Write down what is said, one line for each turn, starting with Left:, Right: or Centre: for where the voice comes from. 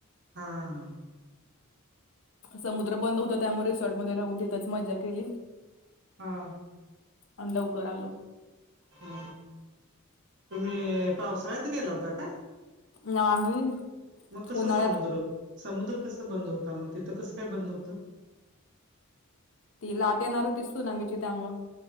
Right: हां ह
Left: समुद्र बंद होता त्यामुळे रिसॉर्ट मध्ये राहून तिथेच मज्जा केली
Right: हा
Left: अन लवकर आलो
Right: ह तुम्ही पावसाळ्यात गेला होता काय
Left: नाही
Right: मग कसं
Left: उन्हाळ्यात
Right: समुद्र समुद्र कसं बंद होता मग तिथं कसं काय बंद होतं
Left: ती लाट येणार होती स्तुनामीची त्यामुळे